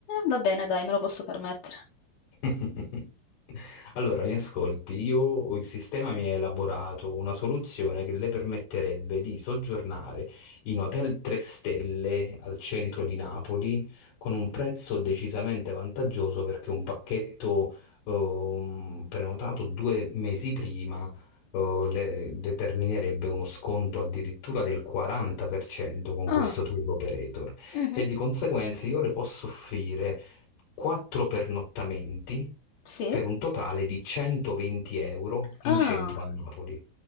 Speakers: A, on the left; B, on the left.
A: va bene, dai, me lo posso permettere.
B: <laughs> Allora, mi ascolti, io il sistema mi ha elaborato una soluzione che le permetterebbe di soggiornare in hotel 3 stelle al centro di Napoli con un prezzo decisamente vantaggioso perché un pacchetto ehm, prenotato due mesi prima eh, le- determinerebbe uno sconto addirittura del 40% con
A: Ah,
B: questo tour operator
A: mhm,
B: e di conseguenza io le posso offrire 4 pernottamenti
A: Sì.
B: per un totale di 120 euro in
A: Ah,
B: centro a Napoli.